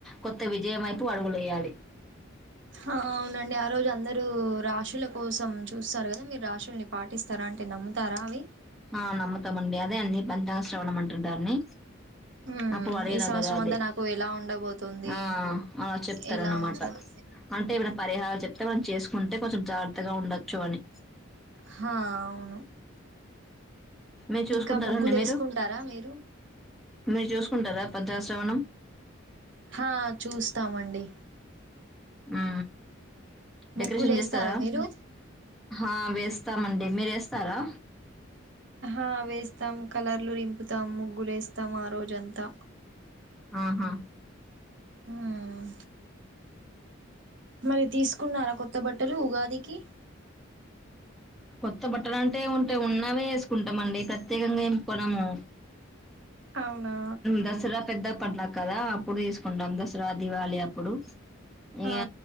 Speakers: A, in the centre; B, on the right.
A: కొత్త విజయం వైపు అడుగులు వేయాలి
B: అవునండి ఆ రోజు అందరూ రాశుల కోసం చూస్తారు కదా మీరు రాశుల్ని పాటిస్తారా అంటే నమ్ముతారా అవి
A: ఆ నమ్ముతామండి అదే అన్ని పంచా శ్రవణం అంటారు దాని
B: హ్మ్
A: అప్పుడు అడిగినా
B: ఈ సంవత్సరం
A: కదా అదే
B: అంతా నాకు ఎలా ఉండబోతుంది
A: ఆ అలా చెప్తారు
B: ఎలా
A: అన్నమాట
B: ఉంటది
A: అంటే ఇవిడ పరిహారాలు చెప్తే మనం చేసుకుంటే కొంచెం జాగ్రత్తగా ఉండొచ్చు అని
B: హా అవును
A: మీరు చూసుకుంటారండి
B: ఇంకా ముగ్గులు
A: మీరు?
B: వేసుకుంటారా మీరు
A: మీరు చూసుకుంటారా పంచాంగ శ్రవణం?
B: హా చూస్తాము అండి
A: ఆ
B: ముగ్గులు
A: డెకరేషన్
B: వేస్తారా
A: చేస్తాద
B: మీరు
A: ఆ వేస్తామండి మీరు వేస్తారా
B: ఆ వేస్తాం కలర్లు రింపుతాం ముగ్గులేస్తాం ఆ రోజంతా
A: ఆహా
B: మ్మ్ మరి తీసుకున్నారా కొత్త బట్టలు ఉగాదికి
A: కొత్త బట్టలు అంటే ఉంటేయి ఉన్నావే వేసుకుంటామండి ప్రత్యేకంగా ఏం కొనము
B: అవునా
A: దసరా పెద్ద పడ్నా కదా అప్పుడు తీసుకుంటాం దసరా, దివాళి అప్పుడు
B: ఆ
A: ఇగ